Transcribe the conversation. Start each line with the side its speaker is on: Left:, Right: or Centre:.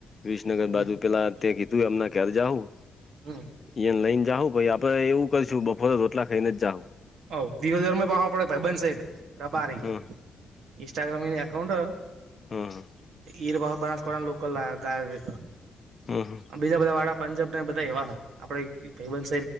Left: વિસનગર
Right: હમ
Left: બાજુ પેલા તે કીધું એમના કયારે જાવું.
Right: હમ
Left: એન લઈને જાઉ જાહુ પહિ આપડે એવું કરીશું બફોરે રોટલા ખાઈને જ જાવ.
Right: ઓ ધીરો ધર પાવા પડે ભાઈ બનસેક રબારી
Left: હ
Right: ઇન્સ્ટાગ્રામની એકાઉન્ટ હે.
Left: હમ્મ.
Right: ઈરવા બનાસકોળા ના લોકલ ગાય એક
Left: હમ્મ હમ્મ.
Right: બીજા બધા વાળા પંજાબ ને બધા એવા હો આપડે ભાઈબંધ